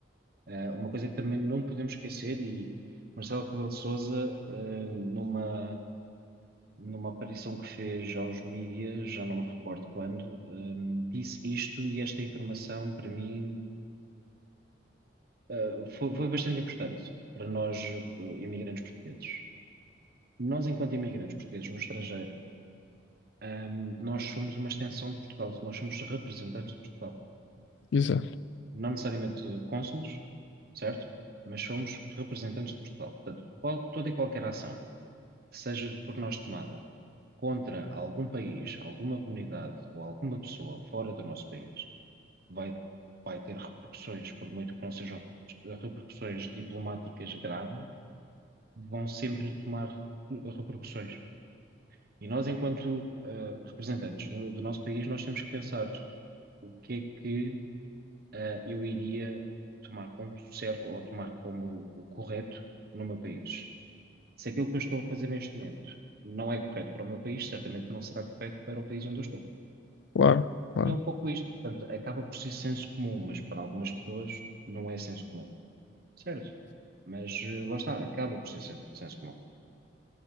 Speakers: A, on the right (about 50°); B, on the left (about 70°).
A: eh, uma coisa que também não podemos esquecer, e Marcelo Rebelo de Sousa, eh, numa, numa aparição que fez aos mídias, já não me recordo quando, ehm, disse isto e esta informação para mim Uh, foi, foi bastante importante para nós, uh, imigrantes portugueses. Nós, enquanto imigrantes portugueses no estrangeiro, um, nós somos uma extensão de Portugal, nós somos representantes de Portugal.
B: exato,
A: Não necessariamente cônsules, certo? Mas somos representantes de Portugal. Portanto, qual- toda e qualquer ação que seja por nós tomada contra algum país, alguma comunidade ou alguma pessoa fora do nosso país vai, vai ter repercussões, por muito que não sejam repercussões diplomáticas graves vão sempre tomar repercussões. E nós, enquanto eh, representantes do, do nosso país, nós temos que pensar o que é que eh, eu iria tomar como certo ou tomar como correto no meu país. Se aquilo que eu estou a fazer neste momento não é correto para o meu país, certamente não será correto para o país onde eu estou.
B: claro, claro.
A: E é um pouco isto. Portanto, acaba por ser senso comum, mas para algumas pessoas não é senso comum. Certo? Mas eh, lá está, acaba por ser sen- senso comum.